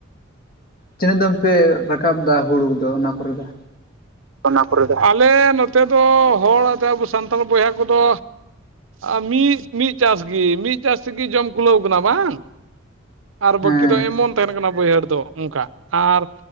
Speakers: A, on the left (about 50°); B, on the right (about 80°).
A: ᱛᱤᱱᱟᱹᱜ ᱫᱚᱢ ᱯᱮ ᱨᱟᱠᱟᱵ ᱫᱟ ᱦᱩᱲᱩ ᱫᱚ ᱚᱱᱟ ᱠᱚᱨᱮ ᱫᱚ?
B: ᱚᱱᱟ ᱠᱚᱨᱮ ᱫᱚ? ᱟᱞᱮ ᱱᱚᱛᱮ ᱫᱚ ᱦᱚᱲ ᱟᱫᱚ ᱟᱵᱚ ᱥᱟᱱᱛᱟᱲ ᱵᱚᱭᱦᱟ ᱠᱚᱫᱚ ᱟᱨ ᱢᱤᱫ ᱢᱤᱜ ᱪᱟᱥ ᱜᱤ, ᱢᱤᱜ ᱪᱟᱥ ᱛᱤᱜᱤ ᱡᱚᱢ ᱠᱩᱞᱟᱹᱣ ᱠᱟᱱᱟ ᱵᱟᱝ ᱾ ᱟᱨ
A: ᱦᱮᱸ
B: ᱵᱟᱹᱠᱤ ᱫᱚ ᱮᱢᱚᱱ ᱛᱟᱦᱮᱱ ᱠᱟᱱᱟ ᱵᱟᱹᱭᱦᱟᱹᱲ ᱫᱚ ᱚᱱᱠᱟ ᱟᱨ